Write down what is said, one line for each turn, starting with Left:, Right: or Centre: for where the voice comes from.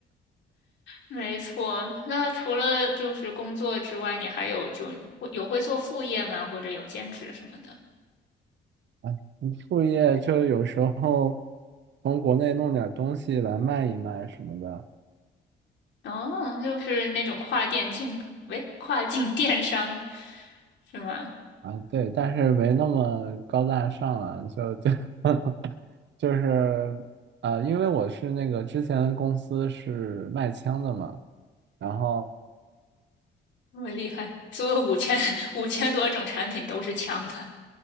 Left: 没错，那除了就是工作之外，你还有就会有会做副业吗？或者有兼职什么的？
Right: <laughs> 你副业就有时候从国内弄点东西来卖一卖什么的。
Left: 哦，就是那种跨店竞，喂，跨境电商是吗？
Right: 啊，对，但是没那么高大上了，就就 <laughs> 就是呃，因为我是那个之前的公司是卖枪的嘛，然后
Left: 这么厉害，所有五千 <laughs> 五千多种产品都是枪的。